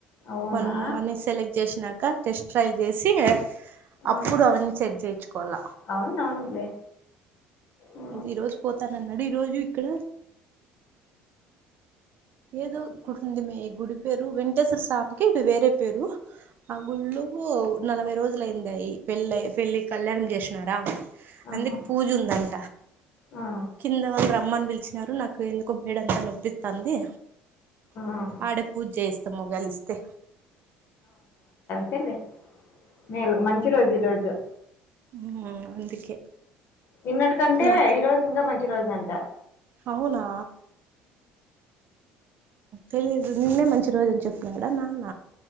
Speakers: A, on the left (about 60°); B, on the right (about 55°).
A: అవునా
B: మనము అన్ని సెలెక్ట్ చేసినాక టెస్ట్ ట్రైల్ చేసి
A: ఆ
B: అప్పుడు అవన్నీ సట్ చేయిచ్చుకోవల్ల
A: అవును అవునులే ఆ,
B: ఈ రోజు పోతానన్నాడు ఈ రోజు ఇక్కడ ఏదో గుడింది మే. గుడి పేరు వెంకటేశ్వర స్వామికి ఇది వేరే పేరు ఆ గుళ్ళో నలభై రోజులయిందయి అయ్యి పెళ్ళయి పెళ్ళి కళ్యాణం చేసినారా
A: ఆహా
B: అందుకు పూజుందన్
A: ఆ
B: కింద వాళ్ళు రమ్మని పిలిచినారు నాకు ఎందుకో మేడంతా నొప్పిత్తాంది
A: ఆ
B: ఆడ పూజ చేయిస్తాము ఒగాలిస్తే
A: అంతెలే మేలుగా మంచి రోజు ఈ రోజు
B: మ్ అందుకే
A: నిన్నటి కంటే
B: నా
A: ఈ రోజు ఇంగ మంచి రోజంట.
B: అవునా తెలీదు నిన్నే మంచి రోజని చెప్పినాడా నాన్న